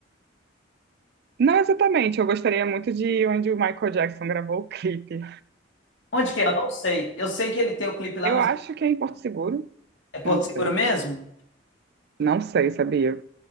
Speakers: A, on the right; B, on the left.
A: Não exatamente, eu gostaria muito de ir onde o Michael Jackson gravou o clipe.
B: Onde que é? Eu não sei. Eu sei que ele tem o clipe lá,
A: Eu
B: mas
A: acho que é em Porto Seguro,
B: é Porto
A: não sei.
B: Seguro mesmo?
A: Não sei, sabia?